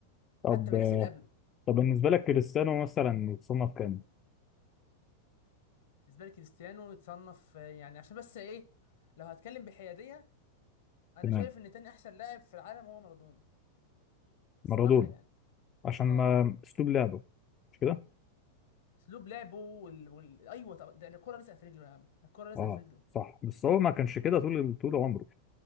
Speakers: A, on the left; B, on the left.
A: طب
B: حتى بالناس
A: آه،
B: اللي قبله
A: طب بالنسبة لك كريستيانو مثلا يتصنف كام؟
B: بالنسبه لي كريستيانو يتصنف آه، يعني عشان بس ايه لو هتكلم بحياديه انا
A: تمام
B: شايف ان تاني احسن لاعب في العالم هو مارادونا
A: مارادونا
B: الصراحه يعني
A: عشان ما
B: اه
A: أسلوب لعبه مش كده؟
B: اسلوب لعبه وال... وال... ايوه طب ده الكره لازقه في رجله يا عم الكره لازقه
A: أه
B: في رجله
A: صح بس هو ما كانش كده طول طول عمره